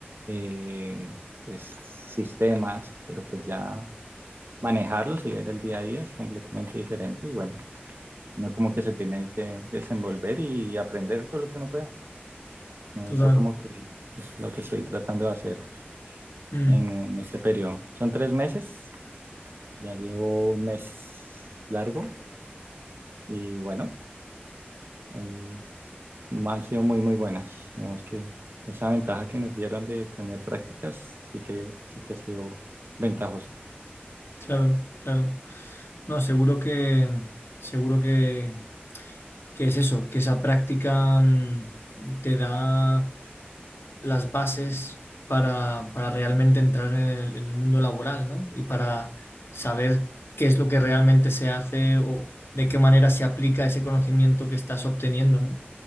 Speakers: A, on the right (about 60°); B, on the left (about 75°).
A: eh, pues sistemas, pero pues ya manejarlos y ver el día a día es completamente diferente y bueno, no como que se tiene ahí que desenvolver y aprender todo lo que uno pueda. Eso
B: total.
A: como que es lo que estoy tratando de hacer
B: Mm.
A: en, en este periodo. Son tres meses, ya llevo un mes largo y bueno, hoy han sido muy, muy buenas. Digamos que esa ventaja que nos dieron de tener prácticas sí que, sí que ha sido ventajosa.
B: Claro, claro. No, seguro que, seguro que, que es eso, que esa práctica mm, te da las bases para, para realmente entrar en el, en el mundo laboral, ¿no? Y para saber qué es lo que realmente se hace o de qué manera se aplica ese conocimiento que estás obteniendo, ¿no?